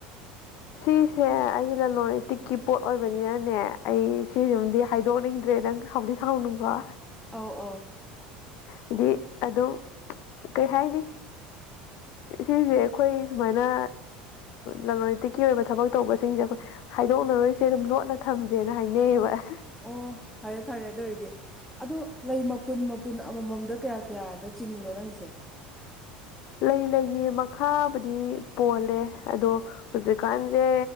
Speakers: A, on the left (about 60°); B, in the centre.
A: ꯁꯤꯁꯦ ꯑꯩꯒꯤ ꯂꯂꯣꯟ ꯏꯇꯤꯛꯀꯤ ꯄꯣꯠ ꯑꯣꯏꯕꯅꯤꯅꯅꯦ ꯑꯩ ꯁꯤꯁꯤꯃꯗꯤ ꯈꯥꯏꯗꯣꯛꯅꯤꯡꯗ꯭ꯔꯦ ꯅꯪ ꯁꯥꯎꯗꯤ ꯁꯥꯎꯅꯤꯡꯀꯣ
B: ꯑꯥꯎ ꯑꯥꯎ
A: ꯍꯥꯏꯗꯤ ꯑꯗꯨꯝ ꯀꯩ ꯍꯥꯏꯅꯤ ꯁꯤꯁꯦ ꯑꯩꯈꯣꯏ ꯁꯨꯃꯥꯏꯅ ꯂꯂꯣꯟ ꯏꯇꯤꯛꯀꯤ ꯑꯣꯏꯕ ꯊꯕꯛ ꯇꯧꯕꯁꯤꯡꯁꯦ ꯑꯩꯈꯣꯏ ꯍꯥꯏꯗꯣꯛꯅꯔꯣꯏꯁꯦ ꯑꯗꯨꯝ ꯂꯣꯠꯅ ꯊꯝꯁꯦꯅ ꯍꯥꯏꯅꯩꯌꯦꯕ ꯑꯦ
B: ꯑꯣ ꯐꯔꯦ ꯐꯔꯦ ꯑꯗꯨ ꯑꯣꯏꯔꯗꯤ ꯑꯗꯣ ꯂꯩ ꯀꯨꯟ ꯃꯄꯨꯟ ꯑꯃꯃꯝꯗ ꯀꯌꯥ ꯀꯌꯥꯗ ꯆꯤꯡꯉꯤꯅꯣ ꯅꯪꯁꯦ
A: ꯂꯩ ꯂꯩꯒꯤ ꯃꯈꯥꯕꯨꯗꯤ ꯄꯣꯜꯂꯦ ꯑꯗꯣ ꯍꯧꯖꯤꯛꯀꯥꯟꯁꯦ